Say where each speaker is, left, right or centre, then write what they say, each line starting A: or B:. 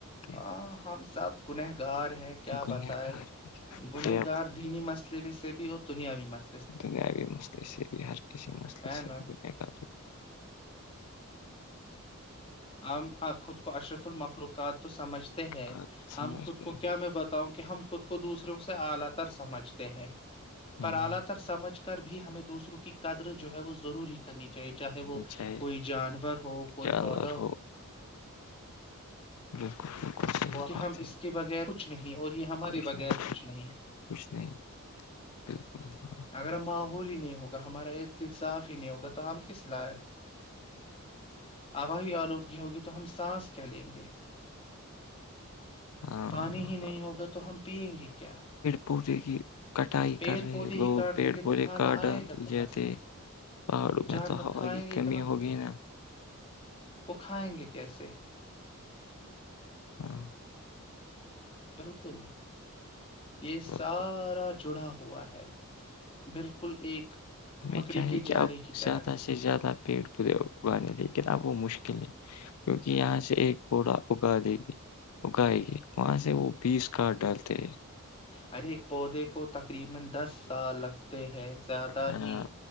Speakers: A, on the left (about 80°); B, on the left (about 25°).
A: ہیں
B: ہاں ہم سب گنہگار ہے کیا
A: گنہ
B: بتائے
A: گار
B: گنہگار
A: ہے،
B: دینی مسئے سے بھی اور دنیاوی مس
A: دنیاوی مسئلے سے ب ہر کسی مسئلے
B: ہے
A: سے
B: نا
A: دنیا کا
B: ہم خود کو اشرف المخلوقات تو سمجھتے ہیں
A: گار
B: ہم
A: سمجھتے
B: خود کو
A: ہیں
B: کیا میں بتاؤں کہ ہم خود کو دوسروں سے اعلی تر سمجھتے ہیں پر
A: ہاں
B: اعلی تر سمجھ کر بھی ہمیں دوسروں کی قدر جو ہے وہ ضروری کرنی چاہیے چاہے وہ
A: چاہیے
B: کوئی جانور ہو کوئی
A: جانور
B: پود
A: ہو بالکل صحیح
B: یہ
A: بات
B: ہم
A: ہے
B: اس کے بغیر کچھ نہیں اور یہ ہمارے
A: کچھ
B: بغیر
A: نہیں
B: کچھ نہیں
A: کچھ نہیں بالکل ہاں
B: اگر ماحول ہی نہیں ہوگا ہمارا ار کےصاف ہی نہیں ہوگا تو ہم کس لائق آوی آلودگی ہوگی تو ہم سانس کیا لیں گے
A: ہاں
B: پانی ہی نہیں ہوگا تو ہم پیئیں گے کیا
A: پورورے کی کٹائی
B: پیڑ
A: کر رہے
B: پودے ہی
A: لوگ
B: کاٹ
A: پیڑ
B: دیں گے تو
A: پودے
B: کھانا
A: کا ڈال
B: آئے گا کہاں
A: جتے
B: سے
A: پہاڑوں
B: جانور
A: میں تو ہوا
B: کھائیں
A: کی
B: گے
A: کمی ہوگی نا
B: وہ کھائیں گے کیسے
A: ہوں
B: بالکل یہ
A: تو
B: سارا جڑا ہوا ہے بالکل ایک
A: ہمیں
B: مکڑی
A: چاہیے
B: کے
A: کہ
B: جالے
A: اب
B: کی طرح
A: زیادہ سے زیادہ پیٹ پے اگیں لیکن اب وہ مشکل ہے کیونکہ یہاں سے ایک پودحا اگا دے گی اگائے گی وہاں سے سے وہ بیس کاٹ ڈالتے ہیں
B: ہر ایک بہت ہی کو تقریبا دس سال لگتے ہیں زیادہ
A: ہاں،
B: ہی